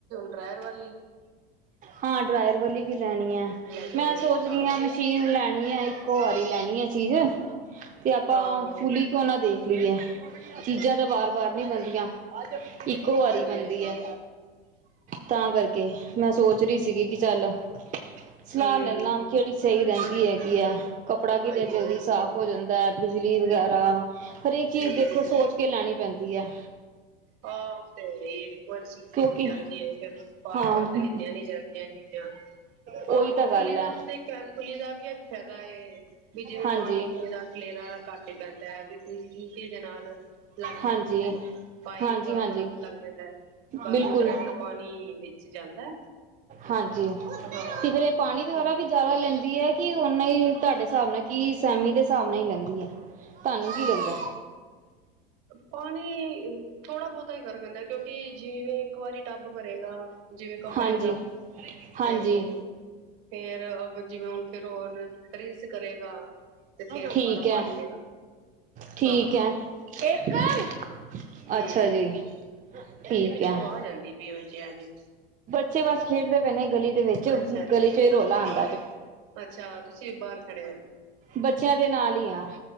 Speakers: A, on the right; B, on the right.
A: ਡਰੈਵਰ
B: ਹਾਂ ਡਰਾਈਰ ਵਾਲੀ ਵੀ ਲੈਣੀ ਏ,
A: ਅਲੱਗ ਹੋਏ
B: ਮੈਂ ਸੋਚ
A: ਅੱਛਾ
B: ਰਹੀ ਆ ਮਸ਼ੀਨ ਇੱਕੋ ਵਾਰੀ ਲੈਣੀ ਹ ਚੀਜ਼ ਤੇ ਆਪਾਂ
A: ਹਾਂ
B: ਫੂਲੀ ਕਿਉਂ ਨਾ ਦੇਖ <unintelligible> ਚੀਜ਼ਾਂ ਤਾਂ ਬਾਰ-ਬਾਰ ਨਹੀ ਬਣਦੀਆਂ- ਹਜ <unintelligible> ਇੱਕੋ ਵਾਰੀ
A: ਹਾਂਜੀ-ਹਾਂਜੀ,
B: ਬਣਦੀ ਹੈ ਤਾਂ ਕਰ ਕੇ ਮੈਂ ਸੋਚ ਰਹੀ ਸੀਗੀ ਕਿ ਚੱਲ ਸਲਾਹ
A: ਹੂੰ,
B: ਲੈ ਲਾਂ ਕਿਹੜੀ ਸਹੀ ਹੇਣ ਕੀ ਹੈ ਕੀ ਆ ਕੱਪੜਾ ਕਿਤੇ
A: ਹਾਂਜੀ-ਹਾਂਜੀ।
B: ਜਲਦੀ ਸਾਫ਼ ਹੋ ਜਾਂਦਾ ਹੈ, ਬਿਜਲੀ ਵਗੈਰਾ ਹਰੇਕ
A: ਹੂੰ,
B: ਚੀਜ਼ ਦੇਖੋ ਸੋਚ ਕੇ ਲੈਣੀ ਪੈਂਦੀ ਵਧੀਆ
A: ਆਹੋ ਉਹ ਤੇ ਹੈ ਇੱਕ ਵਾਰੀ ਚੀਜ਼
B: ਕਿਉਂਕਿ
A: ਲੀਤੀ ਜਾਂਦੀ ਹੈ ਫਿਰ ਵਾਰ-ਵਾਰ
B: ਹਾਂ
A: ਤੇ ਲਿਤੀਆਂ ਨੀ ਜਾਂਦੀਆਂ ਚੀਜ਼ਾਂ,
B: ਉਹੀ
A: ਆਹ
B: ਤਾਂ
A: ਤੇ
B: ਗੱਲ
A: ਫੁੱਲੀ ਦਾ
B: ਹੈ
A: ਤੇ ਇੱਕ ਫੁੱਲੀ ਦਾ ਵੀ ਫਾਇਦਾ ਇਹ ਵੀ ਜਿਵੇਂ
B: ਹਾਂਜੀ
A: ਪਾਣੀ ਪੁਣੀ ਦਾ ਖਲੇਰਾ ਘੱਟ ਹੀ ਪੈਂਦਾ ਹੈ ਵੀਤੀ ਦੇ ਨਾਲ ਲੱਗ
B: ਹਾਂਜੀ
A: ਜਾਂਦੀ ਹੈ ਪਾਈਪ
B: ਹਾਂਜੀ ਹਾਂਜੀ
A: ਭ ਲੱਗ ਜਾਂਦਾ ਹੈ ਬਸ
B: ਬਿਲਕੁਲ
A: ਉਹ ਡਰੈਕਟ ਪਾਣੀ ਵਿੱਚ ਜਾਂਦਾ,
B: ਹਾਂਜੀ,
A: ਹਾਂ।
B: ਤੇ ਫੇਰ ਇਹ ਪਾਣੀ ਵਗੈਰਾ ਵੀ ਜ਼ਿਆਦਾ- ਲੈਂਦੀ ਹੈ ਕਿ ਉਨ੍ਹਾਂ ਹੀ ਤੁਹਾਡੇ ਹਿਸਾਬ ਨਾਲ ਕੀ ਸੈਮੀ ਦੇ ਹਿਸਾਬ ਨਾਲ ਹੀ ਲੈਂਦੀ ਹੈ ਤੁਹਾਨੂੰ ਕੀ ਲੱਗਦਾ
A: ਪਾਣੀ ਥੋੜਾ ਬਹੁਤਾ ਹੀ ਫ਼ਰਕ ਪੈਂਦਾ ਕਿਉਂਕਿ ਜਿਵੇਂ ਇੱਕ ਵਾਰੀ ਟੱਬ ਭਰੇਗਾ ਜਿਵੇਂ ਕੱਪੜੇ
B: ਹਾਂਜੀ
A: ਦਾ
B: ਹਾਂਜੀ
A: ਤੇ ਫੇਰ ਜਿਵੇਂ ਹੁਣ ਫਿਰ ਹੁਣ ਰਿੰਸ ਕਰੇਗਾ ਤੇ ਫੇਰ
B: ਠੀਕ
A: ਦੁਬਾਰਾ
B: ਹੈ
A: ਪਾਣੀ ਲਏਗਾ
B: ਠੀਕ
A: ਹਾਂ
B: ਹੈ <unintelligible>
A: ਹਮ
B: ਅੱਛਾ ਜੀ ਠੀਕ
A: ਭੈਣ ਜੀ ਪਿੱਛੋਂ
B: ਹੈ
A: ਆਵਾਜ਼ ਆਦੀ ਪਈ ਬਚੀਆਂ ਦੀ
B: ਬੱਚੇ ਬਸ ਖੇਡਦੇ ਪਏਣੇ ਗਲ਼ੀ ਵਿਚ ਦੇ ਵਿੱਚ
A: ਅੱਛਾ ਅੱਛਾ
B: ਗਲੀ ਚੋਂ ਹੀ ਰੋਲਾ
A: ਤੁਸੀਂ ਵੀ
B: ਆਦ
A: ਅੱਛਾ। ਤੁਸੀਂ ਬਾਹਰ ਖੜੇ ਹੋ
B: ਬੱਚਿਆਂ ਦੇ ਨਾਲ ਹੀ ਆ